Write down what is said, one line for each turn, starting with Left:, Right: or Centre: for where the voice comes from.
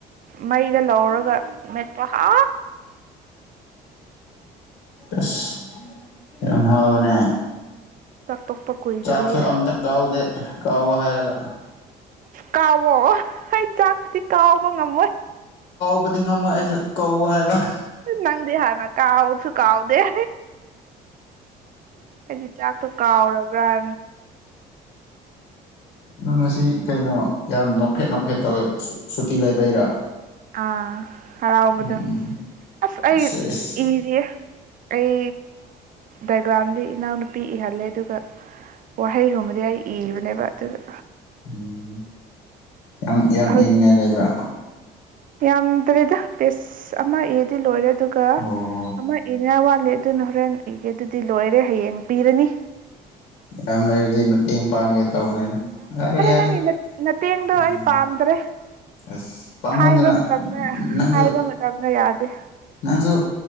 Right: ꯃꯩꯗ ꯂꯧꯔꯒ ꯃꯦꯄꯣ ꯍꯥ
Left: ꯑꯁ ꯌꯥꯝꯝ ꯍꯥꯎꯅꯦ
Right: ꯆꯥꯛꯇꯣꯛꯄ ꯀꯨꯏꯗ꯭ꯔꯤꯌꯦ
Left: ꯆꯥꯛꯁꯨ ꯑꯝꯇ ꯀꯥꯎꯗꯦ ꯀꯥꯎꯋ ꯍꯥꯏꯔꯒ
Right: ꯀꯕꯣ ꯍꯥꯏ ꯆꯥꯛꯇꯇꯗꯤ ꯀꯥꯎꯕ ꯉꯝꯃꯣꯏ
Left: ꯕꯨꯗꯤ ꯉꯝꯃꯣꯏ ꯑꯩꯁꯨ ꯀꯧ ꯍꯥꯏꯕ
Right: ꯅꯪꯗꯦ ꯍꯥꯥꯅ ꯀꯥꯎꯁꯨ ꯀꯥꯎꯗꯦꯦ ꯑꯩꯗꯤ ꯆꯥꯛꯇꯣ ꯀꯥꯎꯔꯕ ꯄꯨ꯭ꯔꯥ
Left: ꯅꯪ ꯉ ꯑꯁꯤ ꯀꯩꯅꯣ ꯌꯥꯝ ꯅꯣꯞꯐꯦꯠ ꯅꯣꯞꯐꯦꯠ ꯇꯧꯋꯦ ꯁꯨꯇꯤ ꯂꯩꯕꯩꯔꯥ
Right: ꯑꯥ ꯍꯔꯥꯎꯕꯗꯣ
Left: ꯎꯝ
Right: ꯑꯁ ꯑꯩ
Left: ꯏꯁ ꯏꯁ
Right: ꯏꯔꯤꯌꯦ ꯑꯩ ꯗꯥꯏꯒ꯭ꯔꯥꯝꯗꯤ ꯏꯅꯥꯎꯅꯨꯄꯤ ꯏꯍꯜꯂꯦ ꯑꯗꯨꯒ ꯋꯥꯍꯩꯒꯨꯝꯕꯗꯤ ꯑꯩ ꯏꯕꯅꯦꯕ ꯑꯗꯨꯒ
Left: ꯎꯝ ꯌꯥꯝ ꯌꯥꯝ
Right: ꯍꯧꯖꯤꯛ
Left: ꯏꯅꯤꯡꯉꯥꯏ ꯂꯩꯕ꯭ꯔꯥ
Right: ꯌꯥꯝꯗ꯭ꯔꯦꯗ ꯄꯦꯁ ꯑꯃ ꯑꯦꯗꯤ ꯂꯣꯏꯔꯦ
Left: ꯑꯣ
Right: ꯑꯃ ꯏꯅꯦ ꯈꯜꯂꯦ ꯑꯗꯨꯅ ꯍꯣꯔꯦꯟ ꯏꯒꯦ ꯑꯗꯨꯗꯤ ꯂꯣꯏꯔꯦ ꯍꯌꯦꯡ ꯄꯤꯔꯅꯤ
Left: ꯌꯥꯝ ꯂꯩꯔꯗꯤ ꯃꯠꯇꯦꯡ ꯄꯥꯡꯉ‌ꯦ ꯇꯧꯕꯅꯦꯗ ꯌꯥꯔꯦ ꯌꯥꯔꯦ
Right: ꯅꯪꯒꯤ ꯅꯇꯦꯡꯗꯣ
Left: ꯎꯝ
Right: ꯑꯩ ꯄꯥꯝꯗ꯭ꯔꯦ
Left: ꯑꯁ ꯄꯥꯃꯟꯗꯅ
Right: ꯍꯥꯏꯕ ꯃꯇꯝꯗ
Left: ꯅꯪꯁꯨ
Right: ꯍꯥꯏꯕ ꯃꯇꯝꯗ ꯌꯥꯗꯦ
Left: ꯅꯪꯁꯨ